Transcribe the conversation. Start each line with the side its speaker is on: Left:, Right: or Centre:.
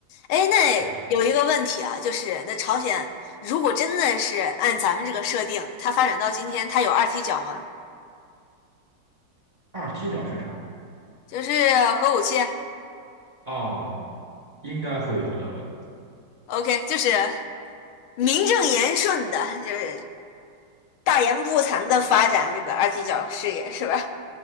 Left: 哎，那有一个问题啊，
Right: 这样，
Left: 就是那朝鲜如果真的是按咱们这个设定，它发展到今天，它有二踢脚吗？
Right: 二踢脚是啥？
Left: 就是核武器
Right: 哦，应该会有的，
Left: ，OK，就是名正言顺的，就是大言不惭的发展这个二踢脚事业是吧？